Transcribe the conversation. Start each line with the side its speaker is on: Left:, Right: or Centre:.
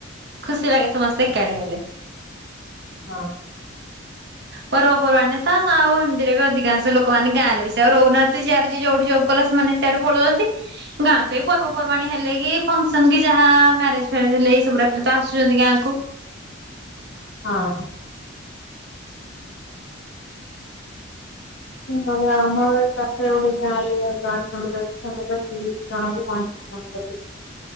Right: ଖୁସି ଲାଗେ ସମସ୍ତେ ଏକାଡେ ହେଲେ।
Left: ହଁ।
Right: ପର୍ବ ପର୍ବାଣୀ ତ ଆଉ ଏମିତିରେ ବି ଅଧିକାଂଶ ଲୋକମାନେ ଗାଁରେ ବି ସେ ଆଉ ରହୁୁନାହାନ୍ତି ଯିଆଡେ ଯୋଉଠି ଯବ କଲା ସେମାନେ ସେଆଡେ ପଳଉଛନ୍ତି ଗାଁ କୁ ଏଇ ପର୍ବପର୍ବାଣୀ ହେଲେ କି ଫଙ୍କସନ କି ଯାହା ମ୍ୟାରେଜ ଫାରେଜ ହେଲେ ଏଇ ସବୁରେ ଆସୁଛନ୍ତି ଗାଁକୁ।
Left: ହଁ। ମାନେ ଆମର ପାଖରେ ଗୋଟେ ଗାଁ ରେ <unintelligible> ତିରିଶ ଜଣ ପଇତିରିଶ ଜଣ ତମର